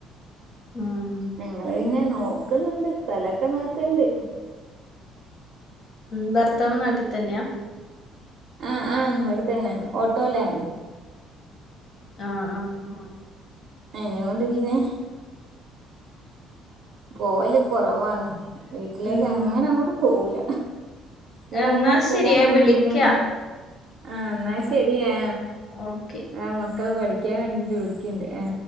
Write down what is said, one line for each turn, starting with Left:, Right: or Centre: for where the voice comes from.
Left: ഉം
Right: ഞങ്ങള് പിന്നെ നോക്ക്ന്നുണ്ട് സ്ഥലൊക്കെ നോക്ക്ണ്ട്
Left: ഉം ഭർത്താവ് നാട്ടി തന്നെയാ
Right: ആഹ് ആ അവിട തന്നെ ഓട്ടോയിലാണ്
Left: ആഹ് ആഹ് ആഹ്
Right: എങ്ങനെ കൊണ്ട് പിന്നെ പോവല് കൊറവാണ് വീട്ടിലേക്ക്
Left: ഉം
Right: അങ്ങനങ്ങോട്ട് പോവൂല ഇവിടെ
Left: എന്നാ
Right: ഇമ്മ ഒറ്റകായങോണ്ട്
Left: ശരി ഞാൻ വിളിക്കാ
Right: പിന്ന ആഹ് എന്നാ ശെരിയാ
Left: ഓക്കെ
Right: ആ മക്കള് പഠിക്കാൻ വേണ്ടീട്ട് വിളിക്കണ്ട് ആ